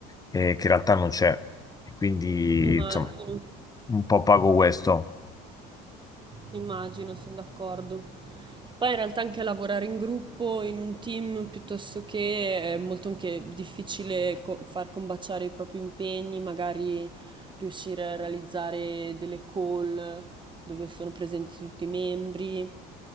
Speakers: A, on the left; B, on the right.
A: eh, che in realtà non c'è. E Quindi,
B: Immagino.
A: insomma, un po' pago questo.
B: Immagino, sono d'accordo. Che poi in realtà anche lavorare in gruppo, in un team, piuttosto che è molto anche difficile co- far combaciare i propri impegni, magari riuscire a realizzare delle call dove sono presenti tutti i membri,